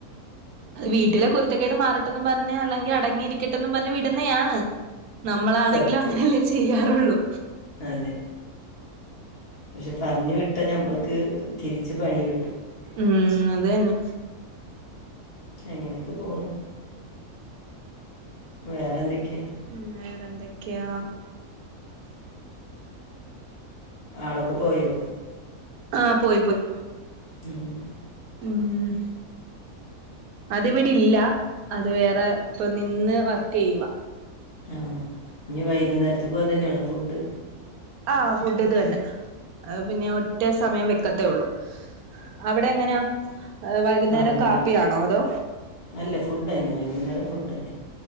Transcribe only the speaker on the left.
സത്യം
അതെ പക്ഷെ പറഞ്ഞു വിട്ടാ ഞമ്മൾക്ക് തിരിച്ച് പണി കിട്ടും
അങ്ങനെയൊക്കെ പോണു വേറെ എന്തൊക്കെയാ
ആളൊക്കെ പോയോ
മ്മ്
ആ ഇനി വൈകുന്നേരത്തേക്കും അതന്നെയാണോ ഫുഡ്
ആ ഇവിടെ
അല്ല ഫുഡ് തന്നെ വൈകുന്നേരം ഫുഡ് തന്നെ